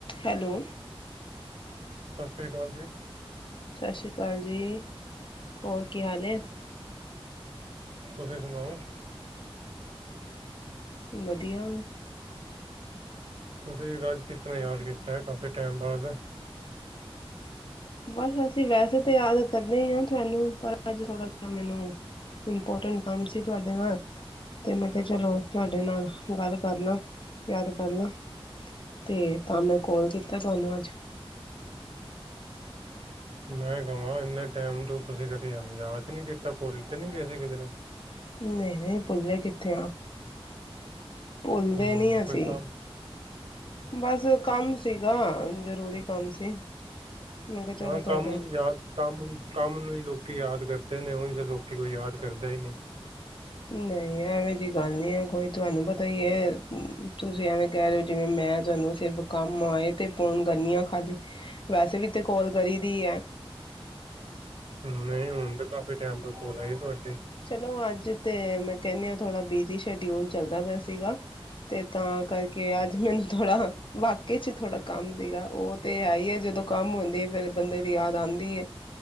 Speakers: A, on the left (about 55°); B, on the right (about 70°).
A: ਹੈਲੋ
B: ਸਤਿ ਸ੍ਰੀ ਅਕਾਲ ਜੀ।
A: ਸਤਿ ਸ੍ਰੀ ਅਕਾਲ ਜੀ ਹੋਰ ਕੀ ਹਾਲ ਏ।
B: ਤੁਸੀਂ ਸੁਣਾਓ।
A: ਵਧੀਆ।
B: ਤੁਸੀਂ ਅੱਜ ਕਿਸ ਤਰ੍ਹਾਂ ਯਾਦ ਕੀਤਾ। ਕਾਫੀ ਟਾਈਮ ਬਾਅਦ।
A: ਬਸ ਅਸੀਂ ਵੈਸੇ ਤਾਂ ਯਾਦ ਕਰਦੇ ਹੀ ਹਾਂ ਤੁਹਾਨੂੰ ਪਰ ਅੱਜ ਥੋੜ੍ਹਾ ਜਿਹਾ ਮੈਨੂੰ, ਇੰਪੋਰਟੈਂਟ ਕੰਮ ਸੀ ਤੁਹਾਡੇ ਨਾਲ। ਤੇ ਮੈਂ ਕਿਹਾ ਚਲੋ ਤੁਹਾਡੇ ਨਾਲ ਗੱਲ ਕਰ ਲਾਂ, ਯਾਦ ਕਰ ਲ ਤੇ ਤਾਂ ਮੈਂ ਕੋਲ ਕੀਤਾ ਤੁਹਾਨੂੰ ਅੱਜ।
B: ਮੈਂ ਕਵਾਂ ਇੰਨੇ ਟਾਈਮ ਤੋਂ ਤੁਸੀਂ ਕਦੇ ਸਾਨੂੰ ਯਾਦ ਹੀ ਨਹੀਂ ਕੀਤਾ ਭੁੱਲ ਤਾਂ ਨੀ ਗਏ ਸੀ ਕਿਧਰੇ।
A: ਨਹੀਂ-ਨਹੀਂ ਭੁੱਲੇ ਕਿੱਥੇ ਆ। ਭੁੱਲਦੇ
B: ਹੂੰ
A: ਨੀ ਅਸੀਂ,
B: ਕੋਈ ਕੰਮ
A: ਬਸ ਕੰਮ ਸੀਗਾ ਜਰੂਰੀ ਕੰਮ ਸੀ। ਮੈਂ ਕਿਹਾ ਚਲੋ
B: ਹਾਂ
A: ਤੁਹਾਡੇ
B: ਕੰਮ ਨੂੰ ਯਾਦ ਕੰਮ ਕੰਮ ਨੂੰ ਹੀ ਲੋਕੀ ਯਾਦ ਕਰ ਦੇ ਨੇ ਉਂਝ ਤਾਂ ਲੋਕੀ ਕੋਈ ਯਾਦ ਕਰਦਾ ਹੀ ਨੀ।
A: ਨਹੀਂ ਐਵੇਂ ਜਿਹੀ ਗੱਲ ਨੀ ਹੈ ਕੋਈ ਤੁਹਾਨੂੰ ਪਤਾ ਹੀ ਹੈ ਤੁਸੀਂ ਐਵੇਂ ਕਹਿ ਰਹੇ ਹੋ ਜਿਵੇਂ ਮੈਂ ਤੁਹਾਨੂੰ ਸਿਰਫ ਕੰਮ ਆਏ ਤੇ ਫੋਨ ਕਰਨੀ ਆ ਖਾਲੀ, ਵੈਸੇ ਵੀ ਤੇ ਕਾਲ ਕਰੀ ਦੀ ਏ।
B: ਨਹੀਂ ਹੁਣ ਤੇ ਕਾਫੀ ਟਾਈਮ ਬਾਅਦ ਕੋਲ ਆਈ ਤੁਹਾਡੀ
A: ਚਲੋ ਅੱਜ ਤੇ ਮੈਂ ਕਹਿੰਨੇ ਆ ਥੋੜਾ ਬਿਜੀ ਸ਼ਡਿਊਲ ਚੱਲਦਾ ਪਿਆ ਸੀਗਾ, ਤੇ ਤਾਂ ਕਰਕੇ ਅੱਜ ਮੈਨੂੰ ਥੋੜ੍ਹਾ ਵਾਕਈ 'ਚ ਥੋੜ੍ਹਾ ਕੰਮ ਸੀਗਾ ਉਹ ਤੇ ਹੈ ਹੀ ਆ ਜਦੋਂ ਕੰਮ ਹੁੰਦੀ ਹੈ ਫਿਰ ਬੰਦੇ ਦੀ ਯਾਦ ਆਂਦੀ ਹੈ